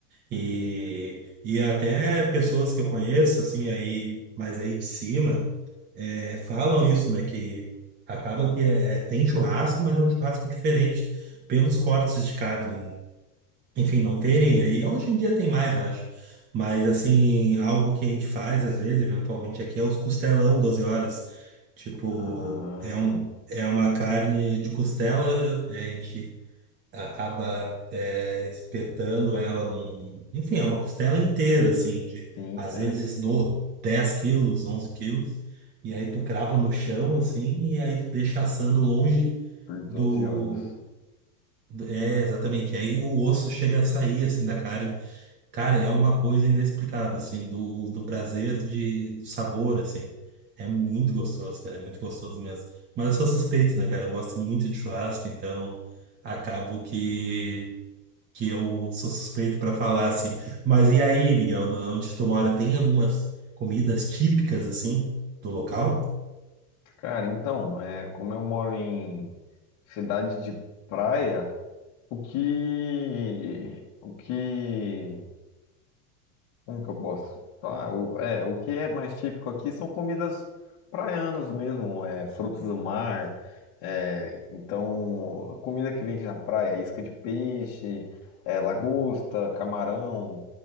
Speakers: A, on the right (about 25°); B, on the left (about 40°).
A: e, e até pessoas que eu conheço, assim, aí, mas aí de cima, é, falam isso, né, que acaba que é, é- tem churrasco, mas é um churrasco diferente pelos cortes de carne, enfim, não terem aí. Hoje em dia tem mais, eu acho. Mas, assim, algo que a gente faz, às vezes, eventualmente aqui, é os costelão 12 horas. Tipo,
B: Ah,
A: é, um, é uma carne de costela, né, a gente acaba é, espetando ela num. Enfim, é uma costela inteira, assim, de
B: sim,
A: às
B: que é
A: vezes do 10 quilos, 11 quilos. E aí tu crava no chão, assim, e aí tu deixa assando longe
B: por 12
A: do.
B: horas.
A: É, exatamente. Aí o osso chega a sair assim da carne. Cara, é uma coisa inexplicável, assim, do, do prazer de, do sabor, assim. É muito gostoso, cara, é muito gostoso mesmo. Mas eu sou suspeito, né, cara? Eu gosto muito de churrasco, então acabo que, que eu sou suspeito pra falar, assim. Mas e aí, Miguel, na- onde tu mora, tem algumas comidas típicas, assim, do local?
B: Cara, então, é, como eu moro em cidade de praia, O que. O que. Como que eu posso falar? O, é, o que é mais típico aqui são comidas praianas mesmo, é, frutos do mar. é, então, comida que vende na praia, isca de peixe, é, lagosta, camarão,